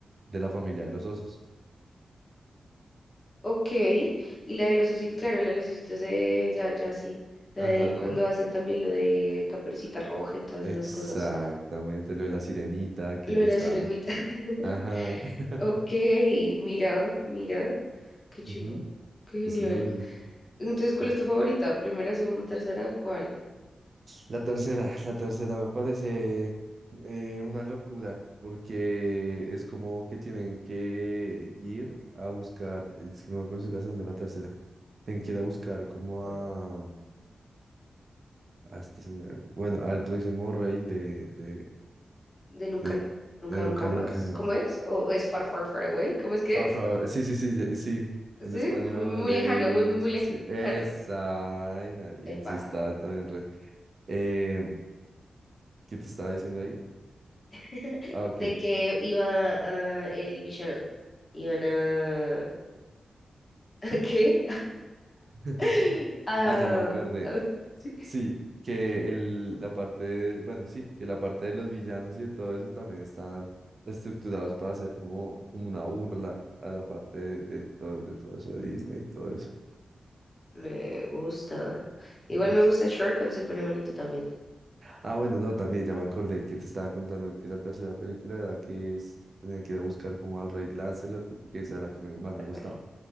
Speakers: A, on the right; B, on the left.
A: De la familia de los osos.
B: Ok. Y la de los ositos, claro, la de los ositos de. Ya, ya, sí. La
A: Ajá,
B: de cuando hacen también lo de Caperucita Roja y todas
A: exactamente.
B: esas cosas.
A: Lo de la sirenita que
B: Lo
A: le
B: de
A: están.
B: la sirenita. <laughs>
A: Ajá. <laughs>
B: Ok, mira, mira. Qué chimba.
A: Ujú,
B: Qué genial.
A: eso no es- uno-
B: Entonces,
A: es súper-
B: ¿cuál es tu favorita? ¿Primera, segunda, tercera? ¿Cuál?
A: La tercera, la tercera me parece eh, una locura, porque es como que tienen que ir a buscar, es que no me acuerdo si es la segunda o la tercera, tienen que ir a buscar como
B: ¿Cuál?
A: a, a este señor, bueno, al próximo rey de, de,
B: de nunca,
A: de,
B: nunca,
A: de Nunca
B: nunca
A: Nunca,
B: más. ¿Cómo es? ¿O es far, far, far away? ¿Cómo es que
A: Far,
B: es?
A: far- sí, sí, sí, ye- sí.
B: Sí,
A: En español
B: muy, muy, muy
A: es,
B: lejano, muy, muy, muy
A: sí, esa,
B: lejano.
A: ay, na- bien,
B: Epa.
A: sí está también re. Eh, ¿qué te estaba diciendo ahí?
B: <laughs>
A: Ah, ok.
B: De que iba ah, el villano. Iban a... <laughs> ¿A qué?
A: <laughs>
B: <laughs> A-
A: Ah, ya me acordé.
B: a- sí.
A: Sí, que el, la parte de, bueno, sí, que la parte de los villanos y de todo eso también están estructurados para hacer como, como una burla a la parte de, de todo, de todo eso de Disney y todo eso.
B: Me gusta. Igual
A: <laughs>
B: me gusta Shrek cuando se pone bonito también.
A: Ah, bueno, no, también ya me acordé que te estaba contando que la tercera película era que es, tenía que ir a buscar como al rey Lancelot, que porque esa era la que me- más me gustaba.
B: Ay,